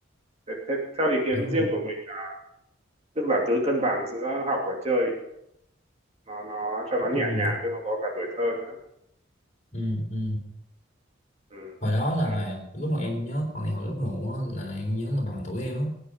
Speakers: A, on the right (about 30°); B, on the left (about 35°).
A: thế, thế, theo ý kiến
B: đúng
A: riêng
B: rồi
A: của mình là, tức là cứ cân bằng giữa học và chơi nó nó cho nó nhẹ
B: ừ,
A: nhàng cho nó có cả tuổi thơ nữa
B: ừ, ừ.
A: ừ.
B: hồi đó là
A: Đấy.
B: lúc mà em nhớ còn thì hồi lớp một á, là em nhớ là bằng tuổi em á